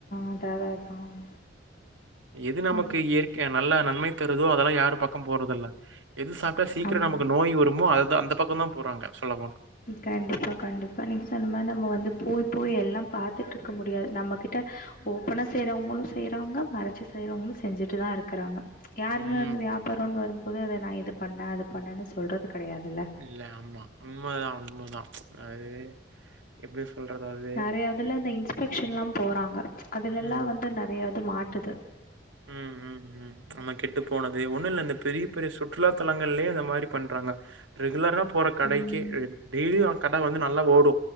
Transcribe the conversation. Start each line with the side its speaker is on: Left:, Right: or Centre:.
Left: அதான் அதான் அதான்.
Right: எது நமக்கு
Left: ம்.
Right: இயற் கையா நல்லா நன்மை தருதோ அதெல்லா யாரு பக்கம் போறது இல்ல எது சாப்ட்டா சீக்கிர
Left: ஆமா.
Right: நமக் நோய் வரும்மோ அது தா அந்த பக்கம் தா போறாங்க சொல்ல போனா
Left: கண்டிப்பா கண்டிப்பா நீங்க சொன்ன மாரி நம்ம வந்து போய் போய் எல்லா பாத்துட்டு இருக்க முடியாது நம்ம கிட்ட ஓப்பனா செய்றவுங்களு செய்றாங்க மறச்சு செய்றவங்களு செஞ்சுட்டுதா இருக் க்கறாங்க யாருமே
Right: ம்.
Left: வந்து வியாபாரோனு வரும் போது அத நா இது பண்ணே அது பண்ணேனு சொல்றது கெடையாதுல்ல
Right: இல்ல ஆமா உண்மதா உண்மதா அது எப்டி சொல்றது‌ அது
Left: நறைய இதுல இந்த இன்ஸ்பெக்ஷன்லா போறாங்க அதுலல்லா
Right: ம்
Left: வந்து நறையா இது மாட்டுது
Right: ம் ம் ம் ஆமா கெட்டு போனது ம் ஒண்ணு இல்ல இந்த பெரிய பெரிய சுற்றுலா தலங்கள்லே இந்த மாரி பண்றாங்க ரெகுலரா போற கடைக்கே
Left: ம்.
Right: டெய்லி ஆ கட வந்து நல்லா ஓடு